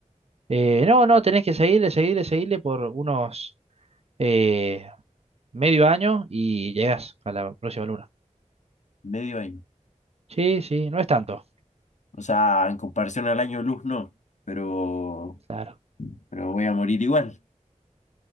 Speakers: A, on the right; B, on the left.
A: Eh, no, no, tenés que seguirle, seguirle, seguirle por unos eh, medio año y llegás a la próxima luna.
B: Medio año.
A: Sí, sí, no es tanto.
B: O sea, en comparación al año luz, no. Pero,
A: Claro.
B: pero voy a morir igual.